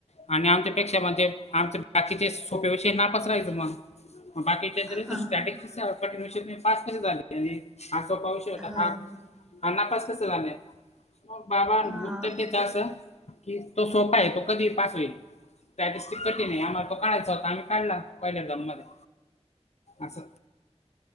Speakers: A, on the left; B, in the centre.
A: आणि आमच्यापेक्षा म्हणजे आमचे बाकीचे सोपे विषय नापास राहायच मग. म बाकीच्याच
B: हा
A: कस स्टॅटिक्स कठीण विषय पास कशे झालेत हेनी आ सोपा विषय <unintelligible>
B: हो
A: हा नापास कस झालंय मग बाबा
B: हा
A: उत्तर देत
B: ते
A: अस कि तो सोपा आहे तो कधीही पास होईल. स्टॅटिक्सच कनी आम्हाला तो काढायचं होता आम्ही काढला पहिल्या एक्झाम मधेच असं.